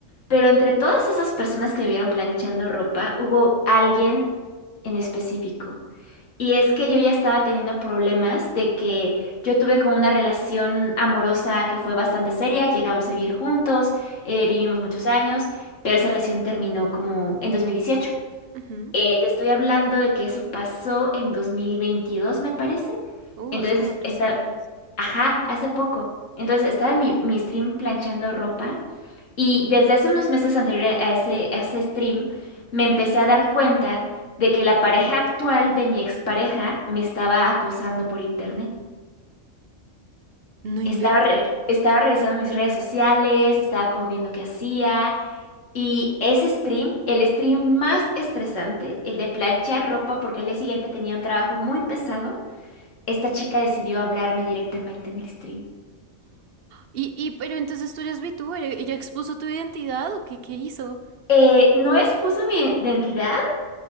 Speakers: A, on the left; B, on the right.
A: Pero entre todas esas personas que me vieron planchando ropa, hubo alguien en específico. Y es que yo ya estaba teniendo problemas de que yo tuve como una relación amorosa que fue bastante seria, llegamos a vivir juntos, eh, vivimos
B: Uh,
A: muchos años, pero esa relación terminó como en 2018.
B: ujú.
A: Eh, te estoy hablando de que eso pasó en 2022, me parece.
B: Uh,
A: Entonces,
B: hace como tres
A: está,
B: años.
A: ajá, hace poco. Entonces, estaba en mi, mi stream planchando ropa y desde hace unos meses anteriores a ese, a ese stream me empecé a dar cuenta de que la pareja actual de mi expareja me estaba acosando por internet.
B: No invento.
A: Estaba, re- estaba revisando mis redes sociales, estaba como viendo qué hacía y ese stream, el stream más estresante, el de planchar ropa porque al día siguiente tenía un trabajo muy pesado, esta chica decidió hablarme directamente en el stream.
B: Y, y, pero entonces tú eres VTuber, ¿e- ¿ella expuso tu identidad o qué, qué hizo?
A: Eh, no expuso mi identidad,